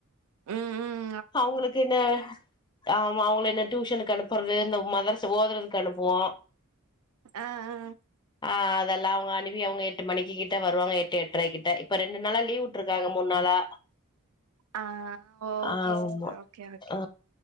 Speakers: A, on the right; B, on the left.
A: உம் உம்
B: அவுங்களுக்கு என்ன ஆமா அவுங்களு இந்த டியூஷனுக்கு அனுப்புறது இந்த மதர்ஸ ஓதுறதுக்கு அனுப்புவோ
A: ஆ ஆ
B: ஆ அதெல்லா அவுங்க அனிப் பி அவுங்க எட்டு மணிக்கி கிட்ட வருவாங்க எட்டு எட்ரை கிட்ட இப்ப ரெண்டு நாளா லீவு விட்ருக்காங்க மூணு நாளா
A: ஆ ஓகே
B: ஆமா
A: சிஸ்டர் ஓகே ஓகே
B: ஆ